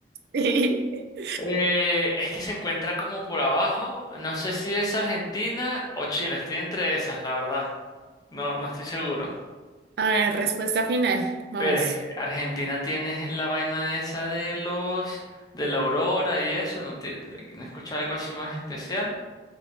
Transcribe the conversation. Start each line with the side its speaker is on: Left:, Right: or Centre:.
Right: <laughs>
Left: Eh, es que se encuentra como por abajo. No sé si es Argentina o Chile. Estoy entre esas, la verdad. No, no estoy seguro.
Right: A ver, respuesta final, vamos.
Left: Pero es que Argentina tiene la vaina esa de los de la aurora y eso. No, tie- no he escuchado algo así más especial.